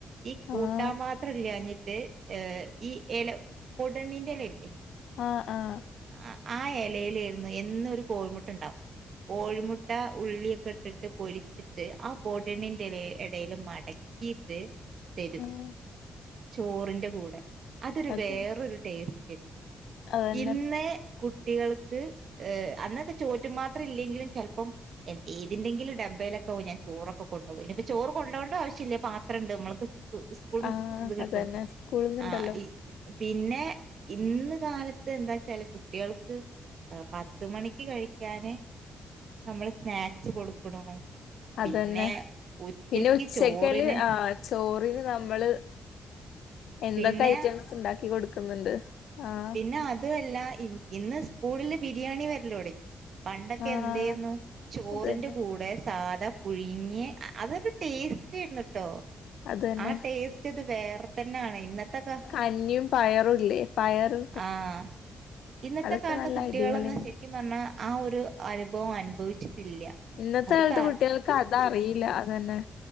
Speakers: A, on the right (about 45°); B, on the left (about 85°).
A: ഈ കൂട്ടാ
B: ആഹ്
A: പാത്രമില്ലാഞ്ഞിട്ട് ഏർ ഈ ഇല പൊടണ്ണിന്റെ ഇല ഇല്ലേ
B: ആഹ് ആഹ്
A: ആ ആ ഇലയിലായിരുന്നു എന്ന ഒരു കോഴിമുട്ടണ്ടാവും കോഴിമുട്ട ഉള്ളിയൊക്കെ ഇട്ടിട്ട് പൊരിച്ചിട്ട് ആ പൊടണിന്റെ ഇലയിൽ ഇടൽ മടക്ക ഇത് തരും
B: ആഹ്
A: ചോറിന്റെ കൂടെ അതൊരു
B: അത്
A: വേറൊരു ടേസ്റ്റ് കിട്ടും
B: അതന്നെ
A: ഇന്ന് കുട്ടികൾക്ക് ഏ അന്നൊക്കെ ചോറ്റു പാത്രം ഇല്ലെങ്കിലും ചെലപ്പം എഏതെങ്കിലും ഡബയിലൊക്കെ പോയിഞാൻ ചോറൊക്കെ കൊണ്ടോകും പിന്നെപ്പോ ചോറ് കൊണ്ടോവേണ്ട ആവശ്യമില്ല പാത്രം ഉണ്ട് നമ്മൾക്ക് സ്കൂൾന്ന്
B: ആഹ്
A: ഇത് കിട്ടും
B: അതന്നെ സ്കൂളിന്നുണ്ടല്ലോ
A: ആ പിന്നെ ഇന്ന് കാലത്ത് ഇപ എന്താച്ചാല് കുട്ട്യാൾക്ക് ഏഹ് പത്ത് മണിക്ക് കഴിക്കാന് - നമ്മള് സ്നാക്സ് കൊടുക്ക്‌ണൂ പിന്നെ
B: അതന്നെ
A: ഉച്ചക്ക്
B: പിന്നെ ഉച്ചക്കല്
A: ചോറിന്
B: ആഹ് ചോറിന് നമ്മള് എന്തൊക്ക
A: പിന്നെ
B: അയ്റ്റം സ് ഇണ്ടാക്കി കൊട്ക്ക്‌ന്ന്ണ്ട്. ആഹ്
A: പിന്നെ അതുവല്ല ഇ ഇന്ന് സ്കൂള്ല് ബിരിയാണി വര്ലൊടങ്ങി. പണ്ടൊക്കെ
B: ആഹ്
A: എന്തേര്ന്നു ചോറിന്റെ
B: അതന്നെ
A: കൂടെ സാധ പുയ്ങ്യേ അ അതൊരു ടേസ്റ്റേര്ന്നുട്ടോ.
B: അതന്നെ
A: ആഹ് ടേസ്റ്റത് വേറെത്തന്നാണെ ഇന്നത്തൊക്ക-
B: അഞി പയറൂല്ലെ പയറ്?
A: ആഹ്. ഇന്നത്തെ
B: അതൊക്കെ
A: കാലത്തെ
B: നല്ല
A: കുട്ടീളൊന്ന്
B: അടിപൊളിയാ
A: ശരിക്ക്‌ - പറ്ഞ്ഞാ ആഹ് ഒര് അനുഭവം അനുഭവിച്ചിട്ടില്ല.
B: ഇന്നത്തെ
A: അവർക്ക്
B: കാല്ത്ത് കുട്ട്യാൾക്ക്‌ അതറീല്ല അതന്നെ.